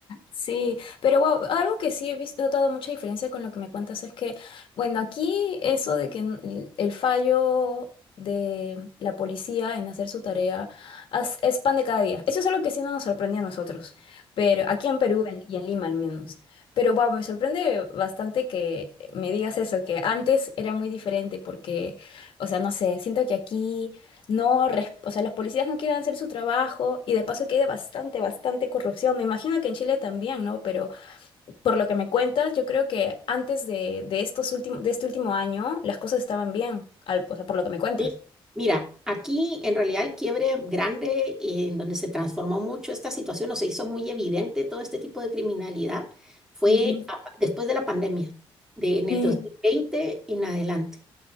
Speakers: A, on the left (about 65°); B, in the centre.
A: Sí, pero wow, algo que sí he visto, notado mucha diferencia con lo que me cuentas es que, bueno, aquí eso de que n- el el fallo de la policía en hacer su tarea as- es pan de cada día. Eso es algo que sí no nos sorprende a nosotros, pero aquí en Perú en- y en Lima al menos. Pero wow, me sorprende bastante que me digas eso, que antes era muy diferente porque, o sea, no sé, siento que aquí no, res- o sea, los policías no quieren hacer su trabajo y de paso que hay de bastante, bastante corrupción. Me imagino que en Chile también, ¿no? Pero por lo que me cuentas, yo creo que antes de, de estos últimos, de este último año, las cosas estaban bien, al, o sea, por lo que me cuentas.
B: Sí, Mira, aquí en realidad el quiebre grande eh, en donde se transformó mucho esta situación o se hizo muy evidente todo este tipo de criminalidad fue
A: Ujú.
B: a- después de la pandemia, de, en el
A: Mm,
B: dos mil veinte en adelante.